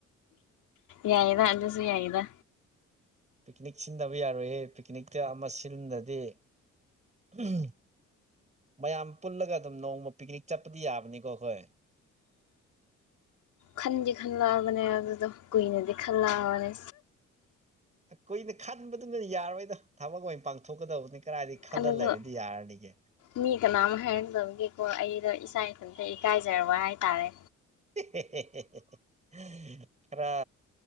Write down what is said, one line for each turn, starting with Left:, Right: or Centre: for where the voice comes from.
Left: ꯌꯥꯏꯌꯦꯗ ꯑꯗꯨꯁꯨ ꯌꯥꯏꯌꯦꯗ
Right: ꯄꯤꯀꯤꯅꯤꯛ ꯁꯤꯟꯗꯕ ꯌꯥꯔꯣꯏꯌꯦ ꯄꯤꯀꯤꯅꯤꯛꯇ ꯑꯃ ꯁꯤꯟꯗꯗꯤ ꯎꯝ ꯃꯌꯥꯝ ꯄꯨꯜꯂꯒ ꯑꯗꯨꯝ ꯅꯣꯡꯃ ꯄꯤꯀꯤꯅꯤꯛ ꯆꯠꯄꯗꯤ ꯌꯥꯕꯅꯤꯀꯣ ꯑꯈꯣꯏ
Left: ꯈꯟꯗꯤ ꯈꯜꯂꯛꯑꯕꯅꯦ ꯑꯗꯨꯗꯣ ꯀꯨꯏꯅꯗꯤ ꯈꯜꯂꯛꯑꯕꯅꯦ
Right: ꯀꯨꯏꯅ ꯈꯟꯕꯗꯨꯅ ꯌꯥꯔꯣꯏꯗ ꯊꯕꯛ ꯑꯣꯏꯅ ꯄꯥꯡꯊꯣꯛꯀꯗꯕꯅꯤ ꯀꯔꯥꯏ <unintelligible> ꯈꯜꯂ
Left: ꯑꯗꯨꯗꯣ
Right: ꯂꯩꯔꯗꯤ ꯌꯥꯔꯅꯤꯒꯦ
Left: ꯃꯤ ꯀꯅꯥꯝ ꯍꯥꯏꯔꯝꯗꯕꯒꯦꯀꯣ ꯑꯩꯗꯣ ꯏꯥ ꯏꯊꯝꯇ ꯏꯀꯥꯏꯖꯔꯕ ꯍꯥꯏꯇꯥꯔꯦ
Right: <unintelligible> ꯈꯔꯥ